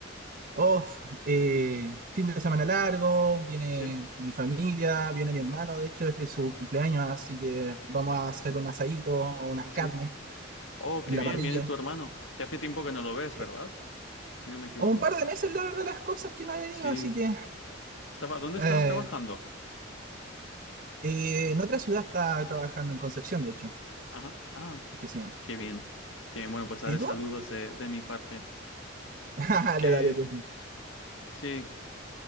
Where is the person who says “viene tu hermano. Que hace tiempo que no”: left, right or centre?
Left